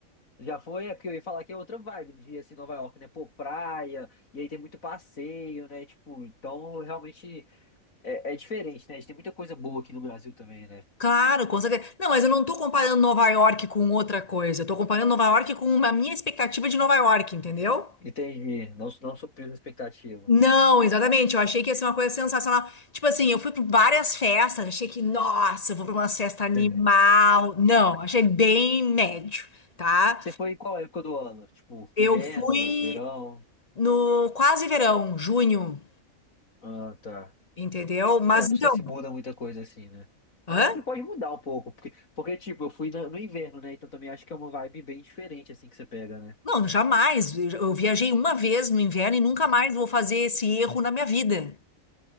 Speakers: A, on the left; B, on the left.
A: já foi, é porque eu ia falar que é outra vibe de, assim, Nova York, né? Pô, praia, e aí tem muito passeio, né? Tipo, então, realmente, é, é diferente, né? A gente tem muita coisa boa aqui no Brasil também, né?
B: Claro, com certeza. Não, mas eu não tô comparando Nova York com outra coisa. Eu tô comparando Nova York com a minha expectativa de Nova York, entendeu?
A: Entendi, não, não supriu a expectativa.
B: Não, exatamente. Eu achei que ia ser uma coisa sensacional. Tipo assim, eu fui para várias festas, achei que, nossa, eu vou para uma festa animal.
A: <laughs>
B: Não, achei bem médio, tá?
A: Você foi em qual época do ano? Tipo,
B: Eu
A: inverno,
B: fui
A: verão?
B: no quase verão, junho,
A: Ah, tá.
B: entendeu? Mas
A: É, não
B: então,
A: sei se muda muita coisa assim, né?
B: hã?
A: Mas Acho que pode mudar um pouco, porque, porque tipo, eu fui na- no inverno, né? Então também acho que é uma vibe bem diferente, assim, que você pega, né?
B: Não, jamais. Eu eu viajei uma vez no inverno e nunca
A: <laughs>
B: mais vou fazer esse erro na minha vida.